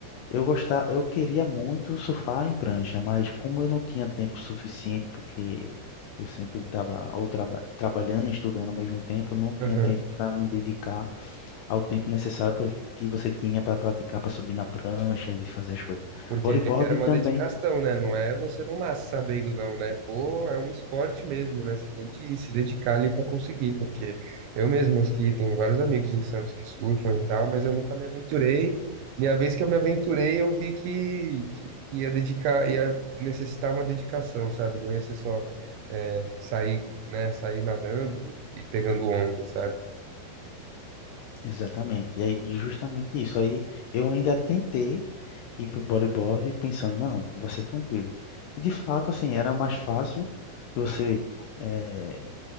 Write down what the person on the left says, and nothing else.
Eu gostar, eu queria muito surfar em prancha, mas como eu não tinha tempo suficiente, porque eu sempre estava ou traba- trabalhando e estudando ao mesmo tempo, eu não tinha
tempo para me dedicar ao tempo necessário pra- que você tinha para praticar, para subir na prancha e fazer as coisas.
Bodyboard
também,
exatamente. E aí, justamente isso. Aí eu ainda tentei ir para o bodyboard pensando, não, vai ser tranquilo. E de fato, assim, era mais fácil que você. eh,